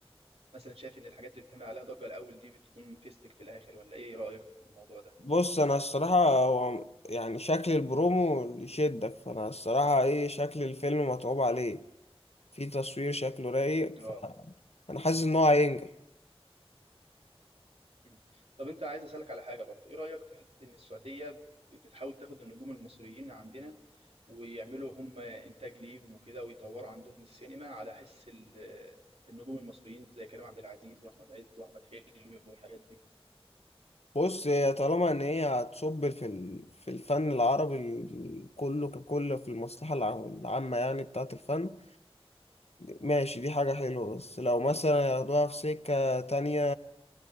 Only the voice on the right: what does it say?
مثلا شايف ان الحاجات اللي بتعمل عليها ضجه الاول دي بتكون فيستك في الاخر ولا ايه رايك في الموضوع ده
اه
مم. طب انت عايز اسالك على حاجه برضو ايه رايك في حته ان السعوديه بتحاول تاخد النجوم المصريين عندنا ويعملوا هم انتاج ليهم وكده ويطوروا عندهم السينما على حس ال- النجوم المصريين زي كريم عبد العزيز واحمد عز واحمد حلمي والحاجات دي